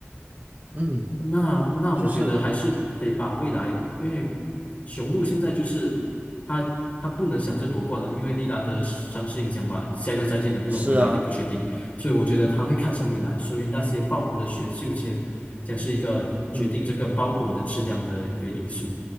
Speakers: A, on the right; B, on the left.
A: 嗯，
B: 那那我觉得还是得把未来，
A: 就是
B: 因为雄鹿现在就是他他不能想着夺冠了，因为利拉德伤势影响嘛，下一个赛季能不能回来也不确定，
A: 是啊，
B: 所以我觉得他会看向未来，所以那些暴龙的选秀签将是一个决定这个包裹的质量的一个因素。
A: 嗯。